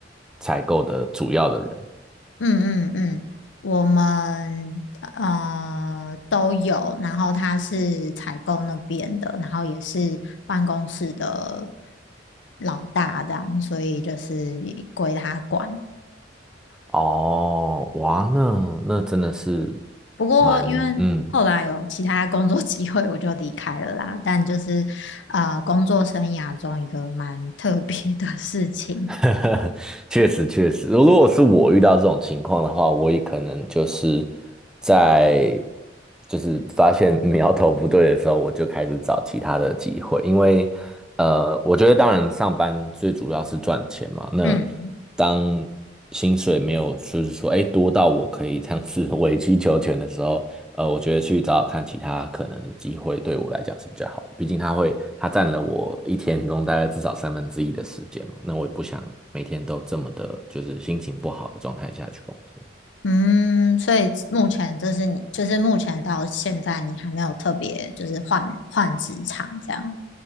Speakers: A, in the centre; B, on the left.
A: 采购的主要的人？
B: 嗯嗯嗯，我们呃都有，然后他是采购那边的，然后也是办公室的老大这样，所以就是归他管。
A: 哦，哇，那那真的是
B: 不过因为后来有其他工作机会，
A: 蛮嗯
B: 我就离开了啦。但就是呃，工作生涯中一个蛮特别的事情。
A: <laughs> 确实确实，如果是我遇到这种情况的话，我也可能就是在就是发现 <laughs> 苗头不对的时候，我就开始找其他的机会，因为呃，我觉得当然上班最主要是赚钱嘛，那
B: 嗯。
A: 当薪水没有就是说哎多到我可以这样子委曲 <laughs> 求全的时候，呃，我觉得去找找看其他可能的机会，对我来讲是比较好的。毕竟它会，它占了我一天中大概至少三分之一的时间嘛。那我也不想每天都这么的，就是心情不好的状态下去工作。
B: 嗯，所以目前就是你，就是目前到现在你还没有特别就是换换职场这样。